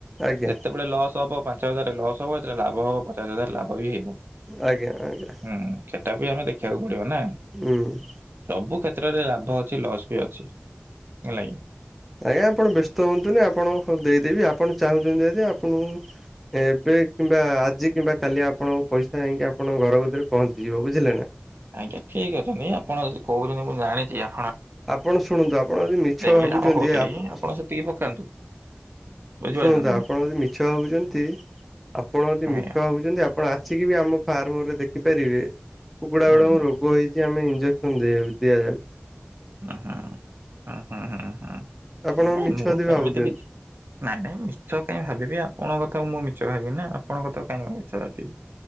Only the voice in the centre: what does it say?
ଆଜ୍ଞା
ଆଜ୍ଞା ଆଜ୍ଞା!
ଉଁ!
ଆଜ୍ଞା ଆପଣ ବ୍ୟସ୍ତ ହୁଅନ୍ତୁ ନି ଆପଣ ହଁ ଦେଇଦେବି ଆପଣ ଚାହୁଁଚନ୍ତି ଯଦି ଆପଣଙ୍କୁ ଏବେ କିମ୍ବା ଆଜି କିମ୍ବା କାଲି ଆପଣଙ୍କୁ ପଇସା ହେଇକି ଆପଣଙ୍କ ଘର ଗତିରେ ପହଞ୍ଚିଯିବ ବୁଝିଲେ ନା।
ଆପଣ ଶୁଣନ୍ତୁ ଆପଣ ଯଦି ମିଛ
ଭାବୁଚନ୍ତି
<unintelligible>
ଶୁଣନ୍ତୁ
ଆପଣ
ଯଦି ମିଛ ଭାବୁଚନ୍ତି ଆପଣ ଯଦି
ମିଛ ଭାବୁଚନ୍ତି ଆପ୍ ଆପଣ ଆସିକି ବି ଆମ ଫାର୍ମରେ ଦେଖିପାରିବେ କୁକୁଡା
ଗୁଡାଙ୍କୁ ରୋ ଗ ହେଇଚି ଆମେ ଇଞ୍ଜେକ୍ସନ <unintelligible> ଦିଆଯାଉ
ଆପଣ
ମିଛ
ଯଦି
ଭାବୁଛନ୍ତି